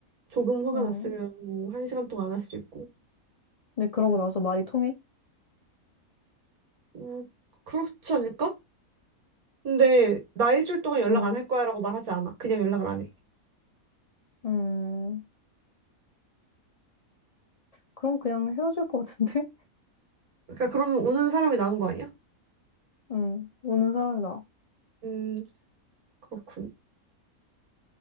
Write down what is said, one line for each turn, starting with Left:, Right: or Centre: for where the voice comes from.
Right: 조금 화가
Left: 응.
Right: 났으면 뭐 한 시간 동안 안 할 수도 있고.
Left: 근데 그러고 나서 말이 통해?
Right: 뭐, 그렇지 않을까? 근데 나 일주일 동안 연락
Left: 응.
Right: 안 할 거야라고 말하지 않아. 그냥 연락을 안 해.
Left: 음, 그럼 그냥 헤어질 것 같은데? <laughs>
Right: 그러니까 그러면 우는 사람이 나은 거 아니야?
Left: 응. 우는 사람이다.
Right: 음, 그렇군.